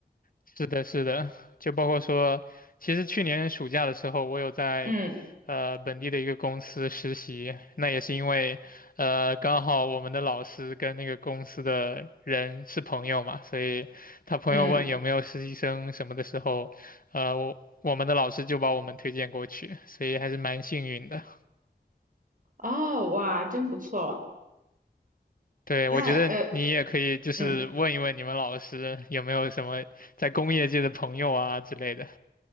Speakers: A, on the left; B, on the right.
A: 是的，是的，就包括说，其实去年暑假的时候，我有在呃本地的一个公司实习，
B: 嗯
A: 那也是因为呃刚好我们的老师跟那个公司的人是朋友嘛，所以他朋友问有没有实习生什么的时候，
B: 嗯，
A: 呃我我们的老师就把我们推荐过去，所以还是蛮幸运的。
B: 哦哇，真不错。
A: 对，
B: 那呃
A: 我觉得你也可以就是问一问你们老师有没有什么在工业界的朋友啊之类的，
B: 嗯